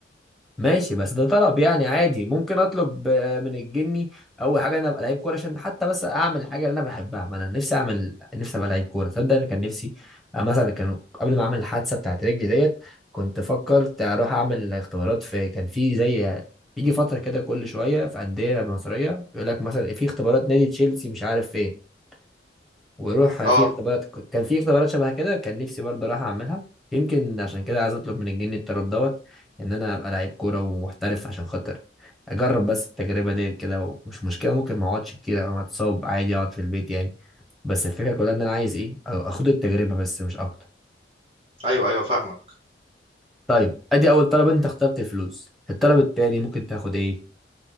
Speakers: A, in the centre; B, on the right.
A: ماشي بس ده طلب يعني عادي ممكن اطلب آه، من الجني اول حاجه انا ابقى لعيب كوره عشان حتى بس اعمل حاجه اللي انا بحبها ما انا نفسي اعمل نفسي ابقى لعيب كوره تصدق انا كان نفسي آه، مثلا كانوا قبل ما اعمل الحادثه بتاعت رجلي ديت كنت فكرت اروح اعمل اختبارات في كان في زي بيجي فتره كده كل شويه في انديه مصريه يقول لك مثلا في اختبارات نادي تشيلسي مش عارف فين ويروح
B: اه
A: في اختبارات كان في اختبارات شبه كده كان نفسي برضه راح اعملها يمكن عشان كده عايز اطلب من الجني الطلب دوت ان انا ابقى لعيب كوره ومحترف عشان خاطر اجرب بس التجربه دي كده ومش مشكله ممكن ما اقعدش كتير او اتصاب عادي اقعد في البيت يعني بس الفكره كلها ان انا عايز ايه أو اخد التجربه بس مش اكتر
B: ايوه ايوه فاهمك
A: طيب ادي اول طلب انت اخترت الفلوس الطلب التاني ممكن تاخد ايه